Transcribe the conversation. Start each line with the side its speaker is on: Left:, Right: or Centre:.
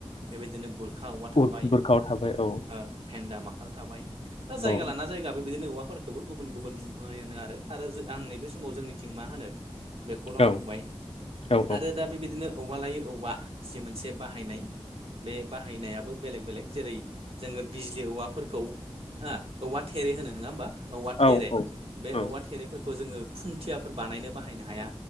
Right: बेबायदिनो बुर खा औवा थाबाय
Left: औ बुरखाव थाबाय औ
Right: ओ भेन्दा माखाल थाबाय जायगा
Left: औ
Right: लाना जायगा बेबादिनो औवाफोर खौबो गुबुन गुबुन मुं होनो आरो आं नैबे समाव जोंनिथिं मा होनो बेखौल' आं
Left: औ
Right: बुंबाय
Left: औ
Right: आरो दा बेबायदिनो औवा लायै औवा जि मोनसे बाहायनाय बे बाहायनायाबो बेलेग बेलेग जेरै जोङो बिजलि औवाफोरखौ आ औवा थेरे होनो नङा होमबा औवा थेरे
Left: औ
Right: बे
Left: औ
Right: औवा थेरेफोरखौ जोङो खुन्थियाफोर बानायनो बाहायनो हाया